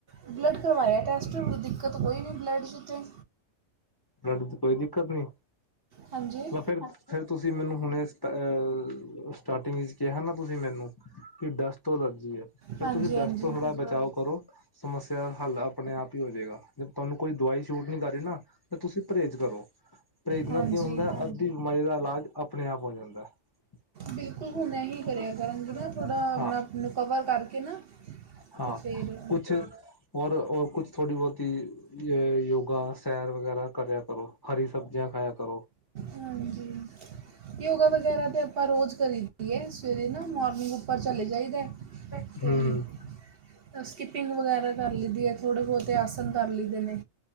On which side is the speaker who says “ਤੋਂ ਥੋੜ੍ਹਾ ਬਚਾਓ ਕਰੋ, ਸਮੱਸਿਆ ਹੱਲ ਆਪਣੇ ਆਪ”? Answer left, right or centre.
Left